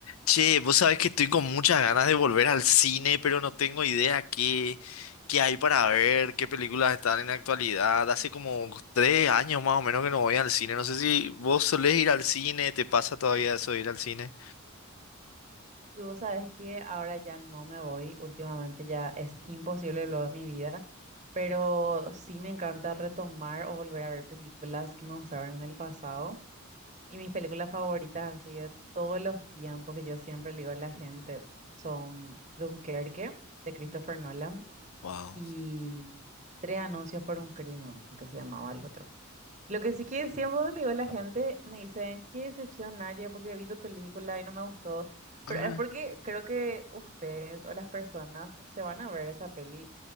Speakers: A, on the left; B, on the right.
A: Che, vos sabés que estoy con muchas ganas de volver al cine, pero no tengo idea qué, qué hay para ver, qué películas están en la actualidad. Hace como tres años más o menos que no voy al cine. No sé si vos solés ir al cine, ¿te pasa todavía eso de ir al cine?
B: Y vos sabés que ahora ya no me voy, últimamente ya es imposible lo de mi vida, pero sí me encanta retomar o volver a ver películas que me gustaron en el pasado. Y mis películas favoritas, así de todos los tiempos que yo siempre le digo a la gente, son Dunkerque, de Christopher Nolan,
A: Wow.
B: y Tres anuncios por un crimen, creo que se llamaba el otro. Lo que sí que siempre cuando le digo a la gente, me dicen, qué decepción, Naye, porque vi tu película y no me gustó. Pero
A: A
B: es porque creo que ustedes o las personas se van a ver esa peli